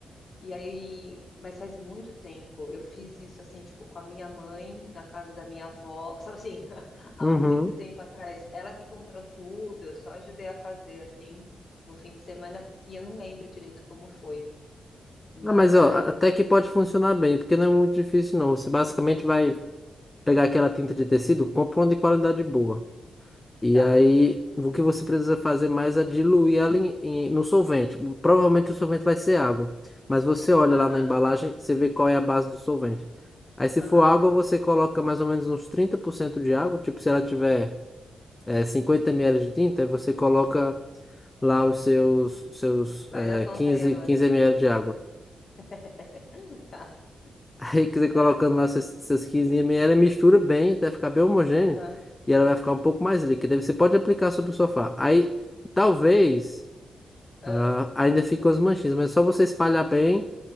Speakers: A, on the left; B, on the left.
A: E aí, mas faz muito tempo. Eu fiz isso assim, tipo, com a minha mãe, na casa da minha avó, sabe assim, <laughs> há
B: uhum.
A: muito tempo atrás. Ela que comprou tudo, eu só ajudei a fazer assim, num fim de semana, e eu não lembro direito como foi. Mas
B: Ah, mas ó, a- até que pode funcionar bem, porque não é muito difícil, não. Você basicamente vai. pegar aquela tinta de tecido, compra uma de qualidade boa. E
A: tá.
B: aí, o que você precisa fazer mais é diluir ela em- em- no solvente. Provavelmente o solvente vai ser água, mas você olha
A: Ah,
B: lá na embalagem, você vê qual é a base do solvente. Aí, se
A: aham.
B: for água, você coloca mais ou menos uns 30% de água. Tipo, se ela tiver eh, 50 ml de tinta, aí você coloca lá os seus, seus
A: Faz
B: eh,
A: a conta
B: 15
A: aí agora.
B: 15 ml de água.
A: <laughs> Tá.
B: Aí que você colocando
A: É,
B: lá essas seus 15 ela mistura bem até ficar bem homogêneo
A: Aham.
B: e ela vai ficar um pouco mais líquida. Aí Você pode aplicar sobre o sofá. Aí talvez
A: ah,
B: ah, ainda fique umas manchinhas, mas é só você espalhar bem